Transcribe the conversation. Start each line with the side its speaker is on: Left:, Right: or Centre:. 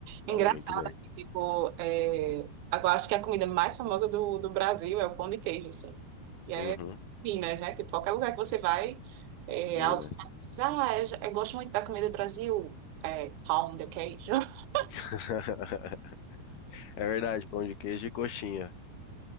Left: Falam
Right: Engraçado,
Left: muito bem.
Right: né? tipo, é... agora acho que a comida mais famosa do, do Brasil é o pão de queijo, assim. E é
Left: Uhum,
Right: Minas, né? Tipo, qualquer lugar que você vai, é...
Left: Minas.
Right: alguém diz, ah, eu, já- eu gosto muito da comida do Brasil, é pão de queijo. <laughs>
Left: <laughs> É verdade, pão de queijo e coxinha.